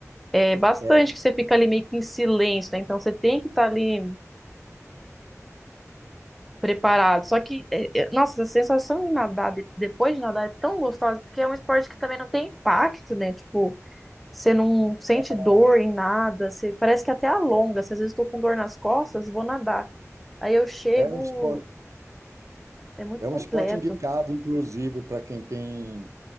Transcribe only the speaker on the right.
É,
é,
É um esporte,
é
um esporte indicado, inclusive, para quem tem